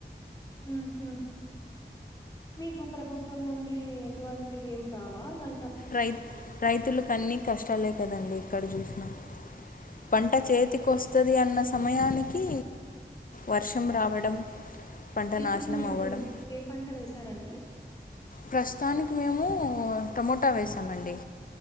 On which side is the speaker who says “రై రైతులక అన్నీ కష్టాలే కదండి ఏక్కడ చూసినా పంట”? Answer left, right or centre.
Left